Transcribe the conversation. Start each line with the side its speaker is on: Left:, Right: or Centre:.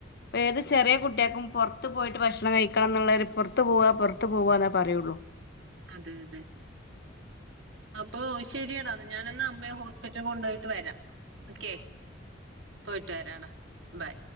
Left: ഏത് ചെറിയ കുട്ട്യാക്കും പുറത്ത് പോയിട്ട് ഭക്ഷണം കഴിക്ക ക്കണം എന്നുള്ളവര് പൊറ്ത്ത് പോവ പൊറ്ത്ത് പോവ എന്നേ പറയുള്ളൂ.
Right: അതെ അതെ. അപ്പൊ ശരിയടാ ഞാൻ ഒന്ന് അമ്മയെ ഹോസ്പിറ്റല് കൊണ്ടുപോയിട്ട് വരാം. ഓക്കെ പോയിട്ട് വരാടാ ബൈ.